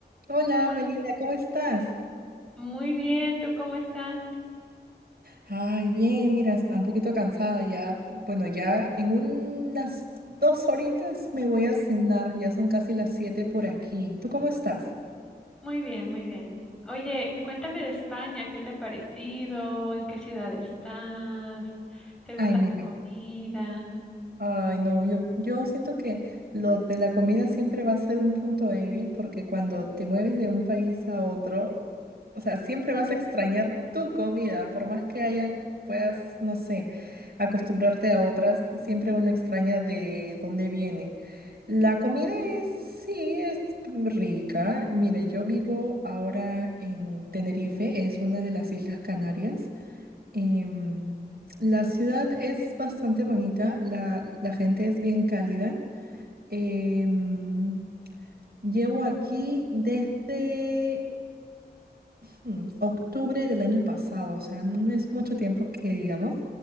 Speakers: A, on the right; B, in the centre.
A: Hola,
B: ¿Cómo-
A: Melina, ¿cómo estás?
B: Muy bien, ¿tú cómo estás?
A: Ay, bien, mira, está un poquito cansada ya. Bueno, ya en unas dos horitas me voy a cenar, ya son casi las siete por aquí. ¿Tú cómo estás?
B: Muy bien, muy bien. Oye, cuéntame de España, ¿qué te ha parecido? ¿En qué ciudad estás? ¿Te gusta
A: Ay, mira.
B: la comida?
A: Ay, no, yo, yo siento que lo de la comida siempre va a ser un punto débil porque cuando te mueves de un país a otro, o sea, siempre vas a extrañar tu comida, por más que hayan, puedas, no sé, acostumbrarte a otras, siempre uno extraña de dónde viene. La comida es, sí, es rica. Mira, yo vivo ahora en Tenerife, es una de las Islas Canarias. Em, la ciudad es bastante bonita, la, la gente es bien cálida. Em, llevo aquí desde hmm, octubre del año pasado, o sea, no es mucho tiempo que digamos,